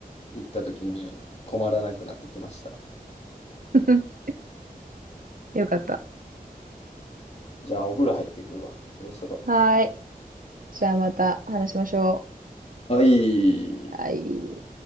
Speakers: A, on the left; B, on the right.
A: 行った時に困らなくなってきました。
B: <laughs> よかった。
A: じゃあお風呂入ってくるわ。そろそろ。
B: はーい。じゃあまた話しましょ
A: はい。
B: う。はい。